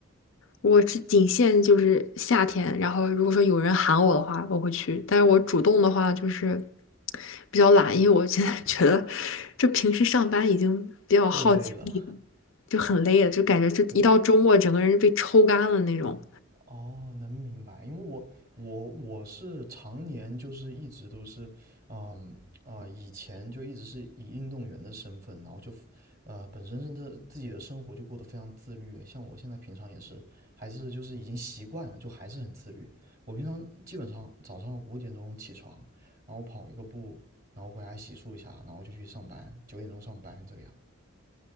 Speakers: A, on the left; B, on the right.
A: 我是仅限就是夏天，然后如果说有人喊我的话，我会去。但是我主动的话就是比较懒，因为我现在 <laughs> 觉得就平时上班已经比较耗精力了，
B: 够累了，
A: 就很累了，就感觉就一到周末整个人就被抽干了那种。
B: <laughs> 对。哦，能明白，因为我我我是常年就是一直都是，嗯呃，以前就一直是以运动员的身份，然后就呃本身是这自己的生活就过得非常自律，像我现在平常也是，还是就是已经习惯了，就还是很自律。我平常基本上早上五点钟起床，然后跑一个步，然后回来洗漱一下，然后就去上班，九点钟上班这个样。